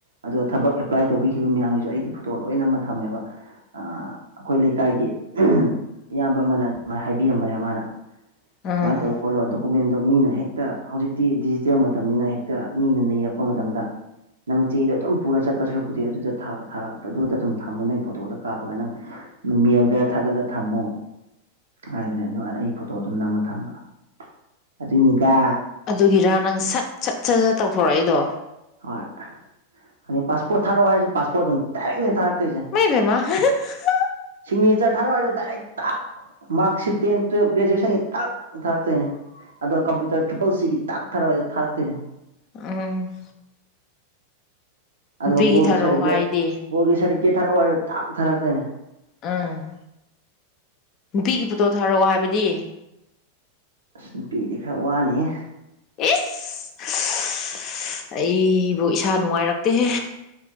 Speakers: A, on the right; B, on the left.
A: ꯑꯗꯨꯒ ꯊꯕꯛ ꯑꯦꯄ꯭ꯂꯥꯏ ꯇꯧꯕꯤꯈꯤꯕ ꯃꯌꯥꯝꯒꯤꯁꯨ ꯑꯩꯗꯤ ꯐꯣꯇꯣ ꯂꯣꯏ ꯅꯝꯃ ꯊꯝꯃꯦꯕ ꯑꯥ ꯑꯈꯣꯏ ꯂꯩꯀꯥꯏꯒꯤ ꯎꯡ ꯏꯌꯥꯝꯕ ꯑꯃꯅ ꯑꯗꯨꯃꯥꯏ ꯍꯥꯏꯕꯤꯔꯝꯕꯅꯦ ꯃꯥꯅ
B: ꯎꯝ
A: ꯁꯨꯃꯥꯢ ꯇꯧ ꯈꯣꯠꯂꯣ ꯑꯗꯨ ꯀꯣꯃꯦꯟꯗꯣ ꯃꯤꯅ ꯍꯦꯛꯇ ꯍꯧꯖꯤꯛꯇꯤ ꯗꯤꯖꯤꯇꯦꯜ ꯃꯇꯝꯅꯤꯅ ꯍꯦꯛꯇ ꯃꯤꯅ ꯅꯤꯔꯛꯄ ꯃꯇꯝꯗ ꯅꯪ ꯆꯦꯗ ꯑꯗꯨꯝ ꯄꯨꯔ ꯆꯠꯄ ꯁꯔꯨꯛꯄꯨꯗꯤ ꯑꯗꯨꯗ ꯊꯥ ꯊꯥꯒ ꯇ ꯑꯗꯨꯗ ꯑꯗꯨꯝ ꯊꯝꯃꯨ ꯅꯪ ꯐꯣꯇꯣꯗꯣ ꯀꯥꯞꯄꯒ ꯅꯪ ꯃꯦꯜꯗ ꯊꯥꯒꯠꯂ ꯊꯝꯃꯣ ꯍꯥꯏꯕꯅꯦ ꯑꯗꯨꯒꯥꯟꯗ ꯑꯩꯒꯤ ꯐꯣꯇꯣ ꯑꯗꯨꯝ ꯅꯝꯃ ꯊꯝꯕ ꯑꯗꯨꯏꯅꯤꯗ
B: ꯑꯗꯨꯒꯤꯔꯥ ꯅꯪ ꯁꯠ ꯁꯠ ꯁꯠ ꯁꯠ ꯇꯧꯊꯣꯔꯛꯏꯗꯣ
A: ꯍꯣꯏ ꯑꯗꯩ ꯄꯥꯁꯄꯣꯠ ꯊꯥꯔꯛꯑꯣ ꯍꯥꯏꯁꯨ ꯄꯥꯁꯄꯣꯠ ꯑꯗꯨꯝ ꯗꯥꯏꯔꯦꯛꯅꯦ ꯊꯥꯔꯛꯇꯣꯏꯁꯦ
B: ꯃꯩꯕꯦꯝꯃ ꯍꯥ ꯍꯥ ꯍꯥ ꯍ
A: ꯁꯤꯒꯅꯦꯆꯔ ꯊꯥꯔꯛ ꯑꯣ ꯍꯥꯏꯖꯨ ꯗꯥꯏꯔꯦꯛ ꯇꯥꯛ ꯃꯥꯛ ꯁꯤꯠ ꯇꯦꯟ ꯇꯤꯌꯦꯞ ꯒꯔ꯭ꯦꯖꯨꯌꯦꯁꯟ ꯒꯤ ꯇꯛ ꯊꯥꯔꯛꯇꯣꯏꯅꯦ ꯑꯗꯣ ꯀꯝꯄꯨꯇꯔ ꯇ꯭ꯔꯤꯄꯜ ꯁꯤꯒꯤ ꯇꯥꯛ ꯊꯥꯔꯛꯑꯣ ꯍꯥꯏꯖꯨ ꯊꯥꯔꯛꯇꯣꯏꯅꯦ
B: ꯎꯝ
A: ꯑꯗꯨꯒ
B: ꯅꯨꯄꯤꯒꯤ
A: ꯕꯣꯜꯒꯤ
B: ꯊꯥꯔꯛꯑꯣ
A: ꯁꯥꯔꯇꯤꯐꯤꯀꯦꯠ
B: ꯍꯥꯏꯗꯤ
A: ꯕꯣꯜꯒꯤ ꯁꯥꯔꯇꯤꯐꯤꯀꯦꯠ ꯊꯥꯔꯛꯑꯣ ꯍꯥꯏꯔꯖꯨ ꯇꯥꯛ ꯊꯥꯔꯛꯇꯣꯏꯅꯦ
B: ꯎꯝ ꯅꯨꯄꯤꯒꯤ ꯐꯣꯇꯣ ꯊꯥꯔꯛꯑꯣ ꯍꯥꯏꯕꯗꯤ
A: ꯑꯁ ꯅꯨꯄꯤꯗꯤ ꯈꯔ ꯋꯥꯅꯤꯌꯦ
B: ꯏꯁ ꯁꯁ ꯑꯩꯕꯨ ꯏꯁꯥ ꯅꯨꯡꯉꯥꯏꯔꯛꯇꯦꯍꯦ